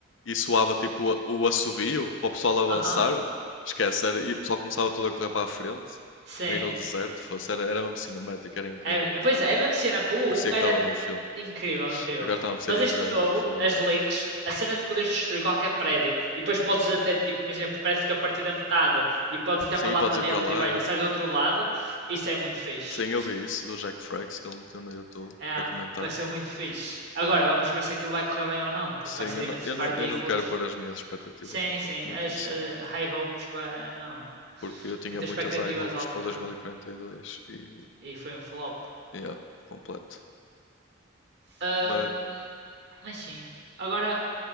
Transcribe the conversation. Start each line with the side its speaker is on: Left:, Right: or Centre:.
Left: e soava tipo o o assobio para o pessoal avançar.
Right: Aham.
Left: Esquece, era, e o pessoal começava todo a correr para a frente,
Right: Sim.
Left: tipo aí no deserto. Fosse, era, era mesmo cinemático, era incrível.
Right: É, é, pois é, é mesmo cinema. O
Left: Parecia
Right: um
Left: que
Right: era
Left: estava num filme.
Right: incrível, incrível.
Left: Agora estava a ser
Right: Mas
Left: a jogar
Right: este novo,
Left: o Battlefield
Right: as
Left: 1.
Right: leaks, a cena de poderes destruir qualquer prédio e depois podes até, tipo, imagina, o prédio fica partido da metade e podes entrar
Left: Sim,
Right: para
Left: e
Right: lá
Left: podes
Right: para
Left: ir
Right: dentro
Left: para lá,
Right: e, vai,
Left: já.
Right: e sais do outro lado, isso é muito fixe.
Left: Sim, eu vi isso do Jack Frags que ele meteu no YouTube
Right: É,
Left: a comentar.
Right: vai ser muito fixe. Agora, vamos ver se aquilo vai correr bem ou não, porque
Left: Sim,
Right: vai ser
Left: eu
Right: imensas
Left: não, eu
Right: partículas.
Left: não, eu não quero pôr as minhas expectativas
Right: Sim,
Left: muito,
Right: sim,
Left: em- muito
Right: as
Left: em cima.
Right: eh, high hopes, vai- não.
Left: Porque eu tinha
Right: Muitas
Left: muitas
Right: expectativas
Left: high hopes
Right: altas,
Left: para 2042
Right: não.
Left: e, quarenta e dois
Right: E foi um flop.
Left: e, yeah, completo.
Right: Ahm,
Left: Mas
Right: mas sim. Agora,